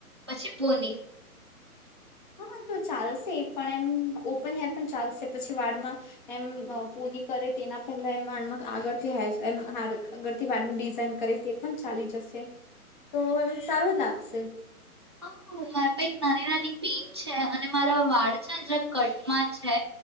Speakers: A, on the right; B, on the left.
A: પછી પોની
B: હા તો ચાલશે એ પણ એમ ઓપન હેર પણ ચાલશે પછી વાળમાં એમ પોની કરે તેના પહેલા એમ વાળમા આગળથી હારુ આગળથી વાળ ડિઝઇન કરે તે પણ ચાલી જશે તો એમ સારું લાગશે.
A: હ મારા પાહે એક નાની નાની પીન છે અને મારા વાળ છે ને જ્યા કટમાં છે